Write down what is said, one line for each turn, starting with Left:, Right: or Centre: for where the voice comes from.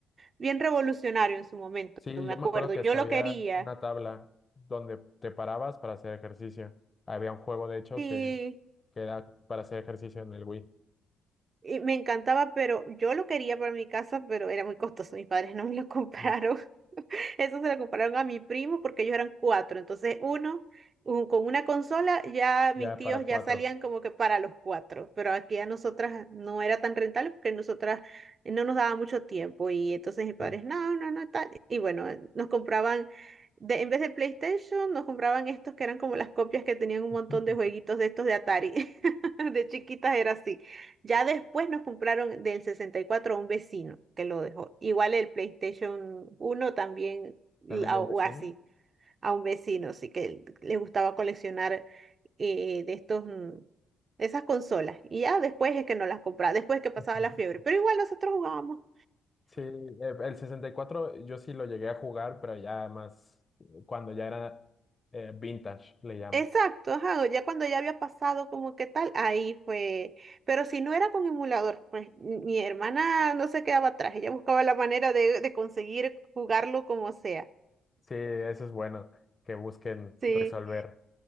Right: bien revolucionario en su momento,
Left: Sí,
Right: me
Left: yo
Right: acuerdo.
Left: me acuerdo que
Right: Yo
Left: hasta
Right: lo
Left: había
Right: quería,
Left: una tabla donde te parabas para hacer ejercicio. Había un juego, de hecho,
Right: sí,
Left: que, que era para hacer ejercicio en el Wii.
Right: y me encantaba, pero yo lo quería para mi casa, pero era muy costoso. Mis padres no me lo <laughs> compraron.
Left: Mm,
Right: Eso se lo compraron a mi primo porque ellos eran cuatro. Entonces, uno, un- con una consola, ya
Left: Ya
Right: mis tíos
Left: para cuatro,
Right: ya salían como que para los cuatro. Pero aquí a nosotras no era tan rentable porque nosotras no nos daba mucho tiempo. Y entonces mis padres,
Left: sí.
Right: no, no, no, tal. Y bueno, nos compraban, de, en vez de PlayStation, nos compraban estos que eran como las copias que tenían un
Left: <laughs>
Right: montón de jueguitos de estos de Atari. <laughs> De chiquitas era así. Ya después nos compraron del 64 a un vecino que lo dejó. Igual el PlayStation uno también, la-
Left: También de un
Right: o
Left: vecino.
Right: así, a un vecino, sí que le gustaba coleccionar eh, de estos, mm, de esas consolas. Y ya después es que nos las compraba, después es que pasaba
Left: <laughs>
Right: la fiebre. Pero igual nosotros jugábamos.
Left: Sí, eh, el 64 yo sí lo llegué a jugar, pero ya más eh, cuando ya era eh, vintage, le llaman.
Right: Exacto, ajá, ya cuando ya había pasado como que tal, ahí fue. Pero si no era con emulador, pues m- mi hermana no se quedaba atrás, ella buscaba la manera de, de conseguir jugarlo como sea.
Left: Sí, eso es bueno, que busquen
Right: Sí.
Left: resolver.